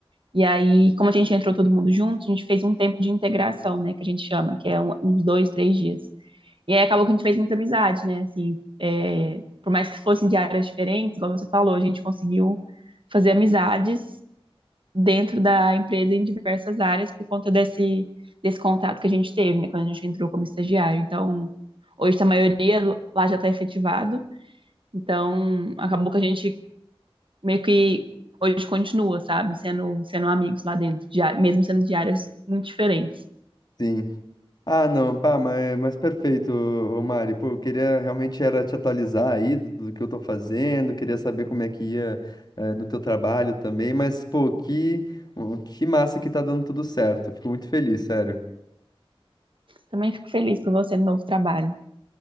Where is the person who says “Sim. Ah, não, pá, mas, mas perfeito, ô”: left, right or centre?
Left